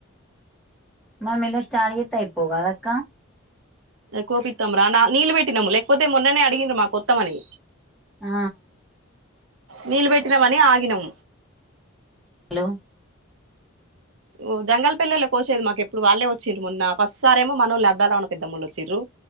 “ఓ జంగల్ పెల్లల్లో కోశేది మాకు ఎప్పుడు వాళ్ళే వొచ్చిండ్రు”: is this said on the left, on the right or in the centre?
Right